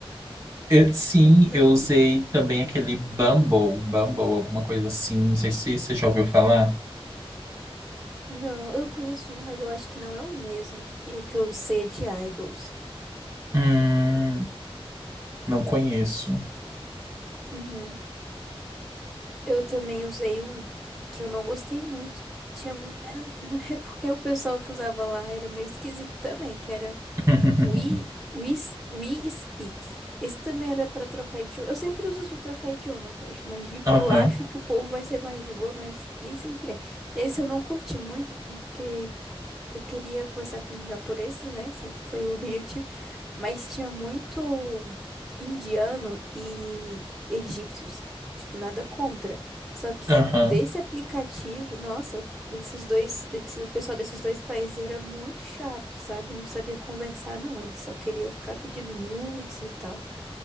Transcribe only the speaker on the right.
Eu- sim,
eu usei também aquele Bumble, Bumble, alguma coisa assim. Não sei se você já ouviu falar.
Hum, não conheço.
<laughs>
Aham,
aham.